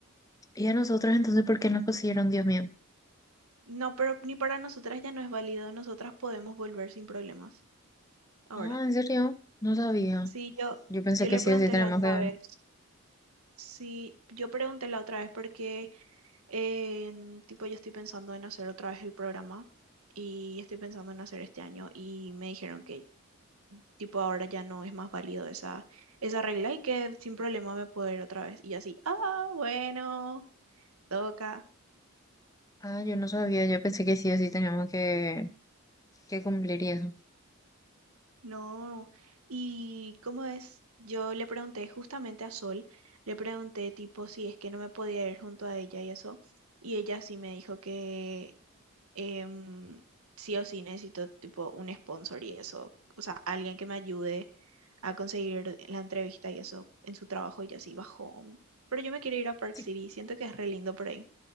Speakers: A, on the left; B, on the right.
A: ¿Y a nosotros entonces por qué nos pusieron, Dios mío?
B: No, pero ni para nosotras ya no es válido. Nosotras podemos volver sin problemas ahora.
A: Ah, ¿en serio? No sabía.
B: Sí, yo,
A: Yo pensé
B: yo
A: que
B: le
A: sí
B: pregunté
A: o sí tenemos
B: la otra
A: que...
B: vez. Sí, yo pregunté la otra vez porque eh, tipo yo estoy pensando en hacer otra vez el programa y estoy pensando en hacer este año y me dijeron que tipo ahora ya no es más válido esa, esa regla y que sin problema me puedo ir otra vez. Y yo así, ah, bueno, toca.
A: Ah, yo no sabía, yo pensé que sí o sí teníamos que, que cumplir y eso.
B: No. Y cómo es, yo le pregunté justamente a Sol, le pregunté tipo si es que no me podía ir junto a ella y eso. Y ella sí me dijo que em, sí o sí necesito tipo un sponsor y eso. O sea, alguien que me ayude a conseguir la entrevista y eso en su trabajo y yo así bajó. Pero yo me quiero ir a Park
A: Sí,
B: City, siento que es re lindo por ahí.